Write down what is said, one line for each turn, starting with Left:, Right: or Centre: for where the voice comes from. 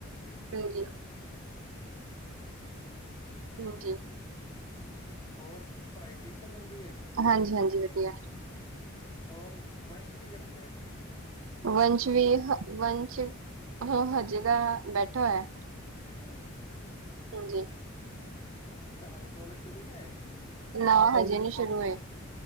Right: ਹਾਂ ਹਾਂਜੀ ਹਾਂਜੀ।
Left: ਹੋਰ ਪੜ੍ਹਾਈ ਠੀਕ ਚੱਲਣ ਦੀ ਏ।
Right: ਹਾਂਜੀ ਹਾਂਜੀ ਵਧੀਆ
Left: ਹੋਰ, ਵੰਸ਼ ਕੀ ਕਰਨ ਦਿਆ
Right: ਵੰਸ਼ ਵੀ ਵੰਸ਼, ਹ ਹਜੇ ਤਾਂ ਬੈਠਾ ਹੋਇਆ।
Left: ਅਹ
Right: ਹਾਂਜੀ,
Left: ਤੇ ਹਾਲੇ ਕੋਲਜ ਸ਼ੁਰੂ ਨਹੀਂ ਹੋਏ
Right: ਨਾ ਹਜੇ ਨਹੀਂ ਸ਼ੁਰੂ ਹੋਏ।